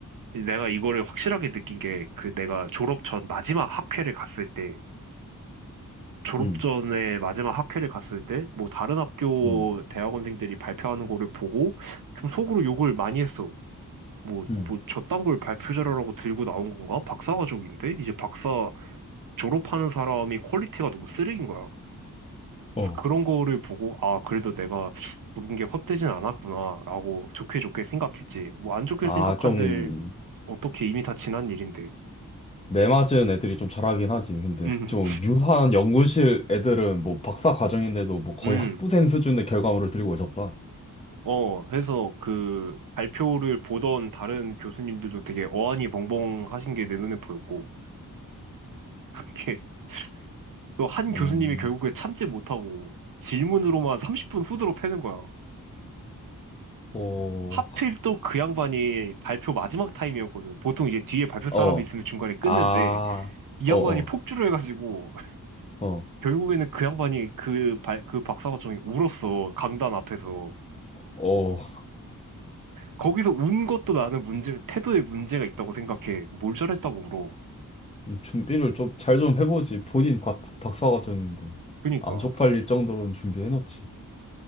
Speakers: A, on the right; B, on the left.
A: 내가 이거를 확실하게 느낀 게 그 내가 졸업 전 마지막 학회를 갔을 때 졸업
B: 음,
A: 전에 마지막 학회를 갔을 때, 뭐 다른 학교
B: 음.
A: 대학원생들이 발표하는 거를 보고 좀 속으로 욕을 많이 했어. 뭐,
B: 음.
A: 뭐 저딴 걸 발표 자료라고 들고 나온 건가? 박사 과정인데? 이제 박사 졸업하는 사람이 퀄리티가 너무 쓰레기인 거야.
B: 어.
A: 그런 거를 보고, 아, 그래도 내가 부른 게 헛되진 않았구나, 라고 좋게 좋게 생각했지. 뭐 안 좋게
B: 아,
A: 생각한들
B: 좀,
A: 어떻게 이미 다 지난 일인데.
B: 매 맞은 애들이 좀 잘하긴 하지. 근데
A: 음,
B: 좀 유한 연구실 애들은 뭐 박사 과정인데도 뭐 거의
A: 음.
B: 학부생 수준의 결과물을 들고 오셨다.
A: 어, 해서 그 발표를 보던 다른 교수님들도 되게 어안이 벙벙 하신 게 내 눈에 보였고, 이렇게 <laughs> 또 한
B: 어
A: 교수님이 결국에 참지 못하고 질문으로만 30분 후드로 패는 거야.
B: 어,
A: 하필 또 그 양반이 발표 마지막 타임이었거든. 보통 이제 뒤에 발표 사람이
B: 어,
A: 있으면 중간에 끊는데,
B: 아,
A: 이
B: 어,
A: 양반이
B: 어,
A: 폭주를 해가지고, <laughs>
B: 어,
A: 결국에는 그 양반이 그 발, 그 박사과정이 울었어. 강단 앞에서.
B: 어,
A: 거기서 운 것도 나는 문제, 태도에 문제가 있다고 생각해. 뭘 잘했다고 울어.
B: 음, 준비를 좀 잘 좀 해보지. 본인 박 박사 과정인데.
A: 그니까.
B: 안 쪽팔릴 정도로는 준비해놓지.